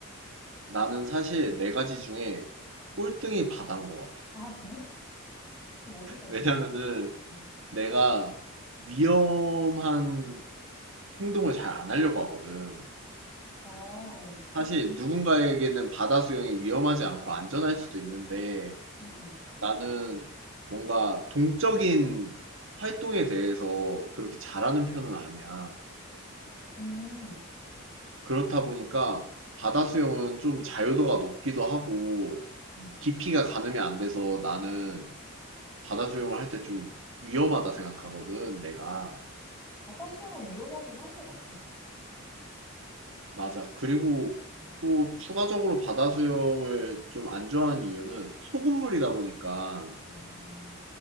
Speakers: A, on the right (about 65°); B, in the centre.
A: 나는 사실 네 가지 중에 꼴등이 바다인 것 같아.
B: 아, 그래? 그럼 어디가
A: 왜냐면은
B: 제일 좋고?
A: 내가 위험한 행동을 잘 안 하려고 하거든.
B: 아, 어.
A: 사실 누군가에게는 바다 수영이 위험하지 않고 안전할 수도 있는데
B: 응, 응.
A: 나는 뭔가 동적인 활동에 대해서 그렇게 잘하는 편은 아니야.
B: 음,
A: 그렇다 보니까 바다 수영은 좀 자유도가 높기도 하고
B: 음.
A: 깊이가 가늠이 안 돼서 나는 바다 수영을 할 때 좀 위험하다 생각하거든, 내가.
B: 바다 수영은 위험하긴 한 것 같아.
A: 맞아. 그리고
B: 음.
A: 또 추가적으로 바다 수영을 좀 안 좋아하는 이유는 소금물이다 보니까
B: 아,